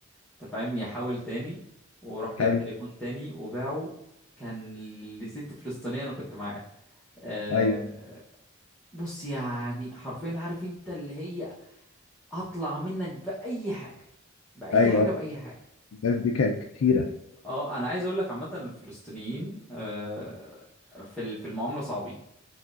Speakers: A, in the centre; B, on the left.
A: انت فاهم يحاول تاني وراح جاب
B: حلو
A: تليفون تاني وباعه كان لست فلسطينيه انا كنت معاه آه،
B: ايوه
A: بص يعني حرفيا عارف انت اللي هي هطلع منك بأي حاجة بأي
B: ايوه
A: حاجة بأي حاجة
B: الناس دي كانت كتيرة
A: اه انا عايز اقول لك عامه الفلسطينيين آه، في ال- في المعامله صعبين